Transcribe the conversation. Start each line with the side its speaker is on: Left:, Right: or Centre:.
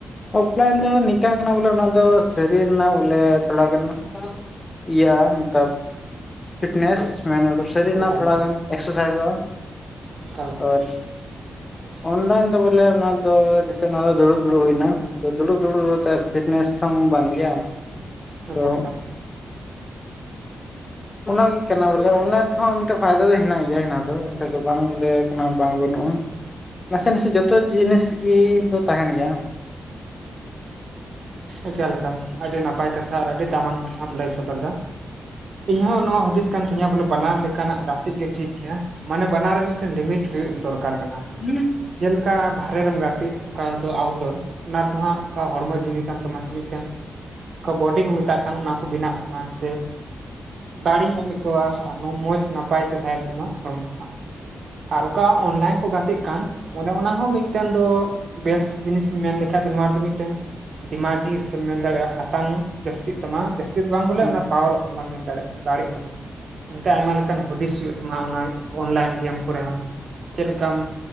Left: ᱚᱯᱷᱞᱟᱭᱤᱱ ᱫᱚ ᱱᱤᱝᱟᱜ ᱠᱟᱱᱟ ᱵᱚᱞᱮ ᱚᱱᱟ ᱫᱚᱸ ᱥᱟᱨᱤ ᱨᱮᱱᱟᱜ ᱵᱚᱞᱮ ᱛᱷᱽᱚᱲᱟᱜᱟᱱ ᱨᱮᱱᱟᱜ ᱠᱤᱭᱟ ᱟᱱᱠᱟ ᱯᱷᱤᱴᱱᱥ ᱢᱮ ᱥᱟᱹᱨᱤ ᱨᱮᱱᱟᱜ
Right: ᱮᱠᱟᱞ
Left: ᱛᱷᱚᱲᱟ ᱜᱟᱱ ᱮᱠᱥᱥᱟᱭ ᱥᱟᱭᱤᱡ
Right: ᱮᱠᱟᱞ ᱮᱠᱟᱞ <inaudible>
Left: ᱚᱱᱞᱟᱹᱭᱤᱱ ᱫᱚ ᱵᱚᱞᱮ ᱚᱱᱟ ᱫᱚ᱾ ᱡᱮᱥᱮ ᱫᱩᱲᱩᱵ - ᱫᱩᱲᱩᱵ ᱦᱩᱭ ᱮᱱᱟ ᱫᱩᱲᱩᱵ ᱫᱩᱲᱩᱵ ᱚᱛᱮᱫ᱾ ᱯᱷᱤᱴᱱᱮᱥ ᱛᱚᱝ ᱵᱟᱝ ᱜᱮᱭᱟ᱾
Right: <unintelligible>
Left: ᱟᱫᱚ ᱚᱱᱟᱜᱮ ᱠᱟᱱᱟ ᱵᱚᱞᱮ ᱚᱱᱟ ᱛᱮᱦᱚᱸ ᱢᱤᱫᱴᱮᱱ ᱯᱷᱽᱟᱭᱫᱟ ᱫᱚᱸ ᱦᱮᱱᱟᱜ ᱜᱮᱭᱟ᱾ ᱦᱮᱱᱟᱜ ᱫᱚᱸ ᱚᱥᱮ ᱫᱚᱸ ᱵᱟᱝ ᱞᱟᱹᱭ ᱠᱟᱱᱟ ᱵᱟᱝ ᱵᱟᱹᱱᱩᱜᱼᱟ᱾ ᱱᱟᱥᱮ - ᱱᱟᱥᱮ ᱡᱚᱛᱚ ᱡᱤᱱᱤᱥ ᱜᱮ ᱫᱚᱸ ᱛᱟᱦᱮᱱ ᱜᱮᱭᱟ᱾ ᱦᱟᱝ
Right: ᱮᱠᱟᱞ - ᱮᱠᱟᱞ ᱟᱹᱰᱤ ᱱᱟᱯᱟᱭ ᱠᱟᱛᱷᱟ᱾ ᱟᱨ ᱟᱹᱰᱤ ᱫᱽᱟᱢᱟᱱ ᱠᱟᱛᱷᱟᱢ ᱞᱟᱹᱭ ᱥᱚᱫᱽᱚᱨ ᱫᱟ᱾ ᱤᱧ ᱦᱚᱸ ᱱᱚᱣᱟ ᱦᱩᱫᱤᱥ ᱠᱟᱱ ᱛᱤᱧᱟᱹ ᱵᱚᱞᱮ, ᱵᱟᱱᱟᱣ ᱞᱮᱠᱟᱱᱟ-ᱜ ᱜᱟᱛᱮᱜ ᱜᱮ ᱴᱷᱤᱠ ᱜᱮᱭᱟ᱾ ᱢᱟᱱᱮ ᱵᱟᱱᱟᱨ ᱨᱮ ᱢᱤᱫᱴᱮᱸᱱ ᱞᱤᱢᱤᱴ ᱦᱩᱭᱩᱼᱜ ᱫᱚᱨᱠᱟᱨ ᱠᱟᱱᱟ᱾
Left: ᱦᱩᱸ
Right: ᱡᱮᱞᱮᱠᱟ ᱵᱟᱨᱦᱮ ᱨᱮᱢ ᱜᱟᱛᱮᱜ ᱚᱠᱟ ᱫᱚᱸ ᱟᱣᱩᱴᱸᱰᱳᱨ ᱚᱱᱟ ᱨᱮᱫᱚ ᱦᱟᱸᱜ ᱚᱠᱟ ᱦᱚᱲᱢᱚ ᱡᱤᱣᱤ ᱠᱟᱱ ᱛᱟᱢᱟ᱾ ᱥᱮ ᱢᱤᱫ ᱴᱟᱝ ᱚᱠᱟ ᱵᱚᱰᱤᱸ ᱠᱚ ᱢᱮᱛᱟᱜ ᱠᱟᱱ ᱚᱱᱟ ᱠᱚ ᱵᱮᱱᱟ-ᱜ ᱛᱟᱢᱟ ᱥᱮ ᱫᱟᱲᱮᱸ ᱦᱚᱢ ᱮᱹᱭᱠᱟᱹᱣᱟ ᱟᱨ ᱢᱚᱸᱡᱽᱷ ᱱᱟᱯᱟᱭ ᱛᱮ ᱛᱟᱦᱮᱱ ᱛᱟᱢᱟ᱾ ᱦᱽᱚᱲᱢᱚ ᱠᱷᱚᱱᱟᱜ ᱟᱨ ᱚᱠᱟ ᱚᱱᱞᱟᱭᱤᱱ ᱠᱚ ᱜᱟᱛᱮᱜ ᱠᱟᱱ, ᱚᱱᱮ ᱚᱱᱟ ᱦᱚᱸ ᱢᱤᱫ ᱢᱤᱫᱴᱮᱱ ᱫᱚᱸ ᱵᱮᱥ ᱡᱤᱱᱤᱥ ᱤᱧᱸ ᱢᱮᱱ ᱞᱮ ᱠᱷᱟᱡ ᱫᱚ ᱱᱚᱣᱟ ᱨᱮᱫᱚ ᱢᱤᱫᱴᱮᱱ ᱫᱤᱢᱟᱜᱤ ᱥᱮᱢ ᱢᱮᱱ ᱫᱟᱲᱮᱭᱟᱜᱼᱟ᱾ ᱦᱟᱛᱟᱝ ᱡᱟᱹᱥᱛᱤᱜ ᱛᱟᱢᱟ᱾ ᱡᱟᱹᱥᱛᱤ ᱫᱚᱸ ᱵᱟᱝ ᱵᱚᱞᱮ
Left: ᱦᱩᱸ
Right: ᱚᱱᱟ ᱯᱟᱣᱟᱨ ᱵᱟᱢ ᱢᱮᱱ ᱫᱟᱲᱮᱭᱟᱼᱜ ᱥᱮ ᱫᱟᱲᱮᱜ ᱛᱟᱢᱟ᱾ ᱚᱱᱛᱮ ᱟᱭᱢᱟ ᱞᱮᱠᱟᱱ ᱦᱚᱵᱤᱥ ᱦᱩᱭᱩᱜ ᱛᱟᱢᱟ᱾ ᱚᱱᱟ ᱚᱱᱞᱟᱭᱤᱱ ᱜᱮᱢ ᱠᱚᱨᱮ ᱦᱚᱸ ᱪᱮᱫ ᱞᱮᱠᱟᱢ